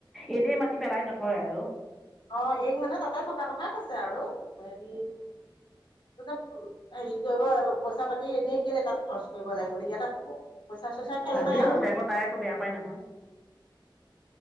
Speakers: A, in the centre; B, on the left.
A: এনে মাতি পেলাই নথয় আৰু
B: অ এই মানে তাতে থকা কথা কৈছে আৰু হেৰি এতিয়া হেৰি কৰিব আৰু পইচা পাতি এনেই কেলে তাত খৰচ কৰিব লাগে বোলে ইয়াতে থাকক পইচা চইছাৰ খেল
A: সেইটোৱে
B: নাই আৰু
A: কৈছে
B: মানে
A: আকৌ তাই আকৌ বেয়া পাই নহয়